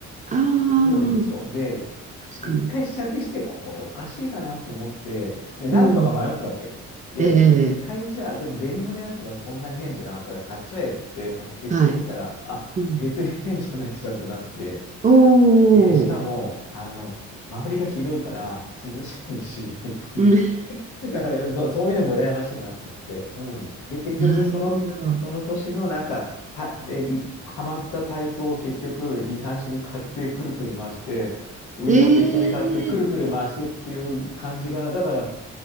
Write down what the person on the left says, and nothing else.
多いでしょで、
で一回試着して、これおかしいかなと思って、で、何度か迷ったわけ。
で、
一回じゃあ、でもデニムのやつがそんなに変じゃなかったら、買っちゃえっつって買って着てみたら、
あ、
別に変じゃないじゃんってなって、
で、しかも、あの、周りがひどいから、涼しいし <laughs> っていう
<laughs> だから、うんそう、そういうのも羨ましいなと思って。うん。で、結局、
その、その年のなんか、た、で、い、ハマったタイプを結局、2、3色買って、くるくる回して、上も適当に買って、
くるくる回してっていう感じかな。だから、